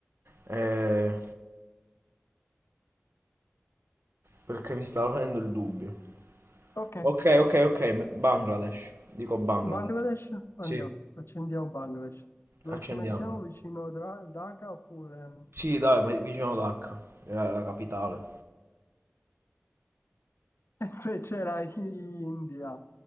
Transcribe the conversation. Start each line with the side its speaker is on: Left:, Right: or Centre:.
Right: Eh, perché mi stava venendo il dubbio.
Left: Ok,
Right: Ok, ok, ok. M- Bangladesh. Dico Bangladesh.
Left: Bangladesh, andiamo,
Right: Sì,
Left: accendiamo Bangladesh. Dove
Right: accendiamo.
Left: ci mettiamo vicino Dra- Dhaka oppure...
Right: Sì, dai, ma è vicino Dhaka, è la la capitale.
Left: <laughs> Cioè, C'era India